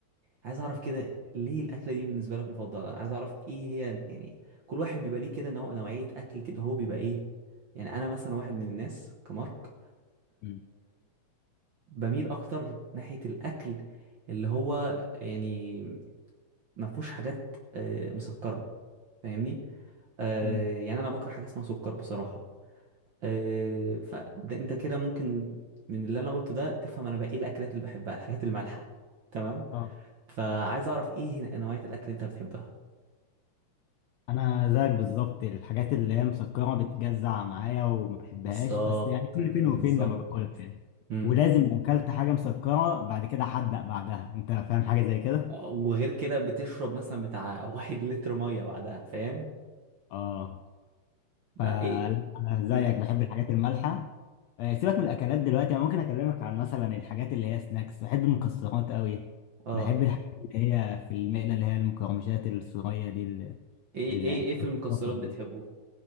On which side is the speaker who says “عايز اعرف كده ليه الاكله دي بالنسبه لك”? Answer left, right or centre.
Right